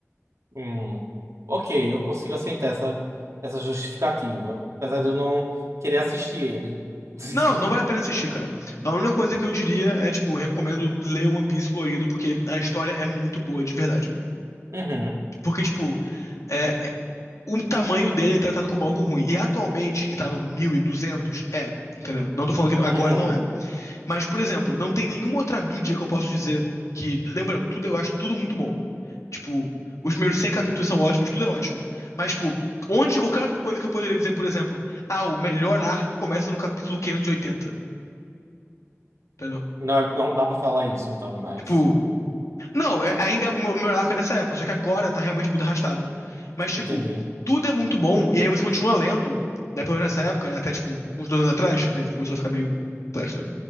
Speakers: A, on the right; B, on the left.
A: Hum. Ok, eu consigo aceitar essa, essa justificativa. Apesar de eu não querer assistir ele. <laughs>
B: Não, não vale a pena assistir, cara. A única coisa que eu diria é, tipo, recomendo ler One Piece colorido, porque a história é muito boa, de verdade.
A: Uhum.
B: Porque, tipo, é, o tamanho dele é tratado como algo ruim. E atualmente, que tá no 1200 é, entendeu? Não tô falando que agora
A: Uhum.
B: não é. Mas, por exemplo, não tem nenhuma outra mídia que eu posso dizer que. Lembrando, tudo eu acho tudo muito bom. Tipo, os primeiros 100 capítulos são ótimos, tudo é ótimo. Mas, tipo, onde qualquer outra coisa que eu poderia dizer, por exemplo, ah, o melhor arco começa no capítulo 580, entendeu?
A: Não, é- não dá pra falar isso, então, mas.
B: Tipo, não, é- ainda é o meu melhor arco dessa época, só que agora tá realmente muito arrastado. Mas, tipo,
A: Entendi.
B: tudo é muito bom, e aí você continua lendo, né, pelo menos nessa época, né, até, tipo, uns dois anos atrás, que começou a ficar meio complexo.